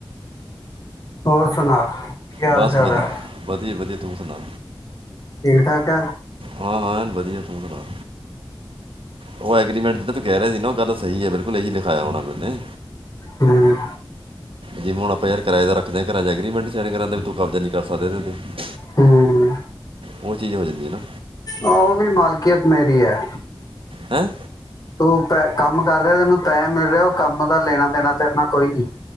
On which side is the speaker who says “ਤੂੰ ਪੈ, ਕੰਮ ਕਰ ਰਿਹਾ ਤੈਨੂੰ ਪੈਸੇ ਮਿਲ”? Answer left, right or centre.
Left